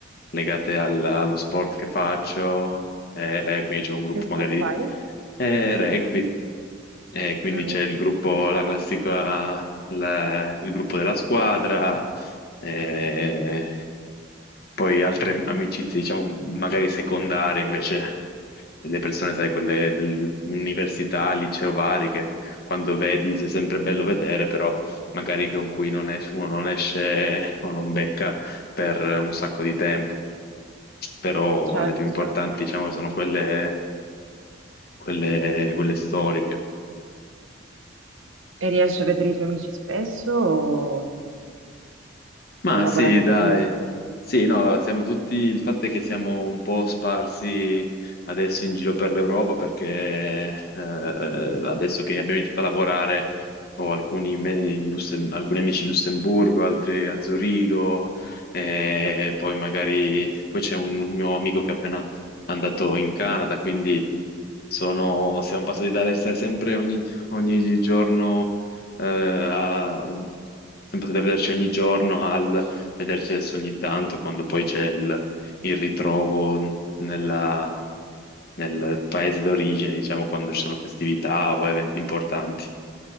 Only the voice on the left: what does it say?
legate al- allo sport che faccio, eh, eh, quindi c'è un gruppo
magari
di eh, rugby, eh, quindi
c'è
il gruppo, la classica, la- il gruppo della squadra, eh, poi altre amicizie, diciamo, magari secondarie invece, delle persone, sai, quelle dell'università, liceo vari, che quando vedi sei sempre bello vedere, però magari con cui non es- uno non esce o non becca per un sacco di tempo. Però
le più importanti,
diciamo, sono quelle, quelle, quelle storiche.
Ma
sì, dai.
Sì, no, allora, siamo tutti, il fatto è che siamo un po' sparsi adesso in giro per l'Europa perché eh, adesso che abbiamo iniziato a lavorare ho alcuni, me- in Lussem- alcuni amici in Lussemburgo, altri a Zurigo, e poi magari poi c'è un mio amico che è appena andato in Canada, quindi sono, siamo passati dall'essere sempre ogni, ogni giorno eh, a- sempre da vederci ogni giorno al vederci adesso ogni tanto, quando poi c'è il, il ritrovo nella- nel paese d'origine, diciamo, quando ci sono festività o eventi importanti.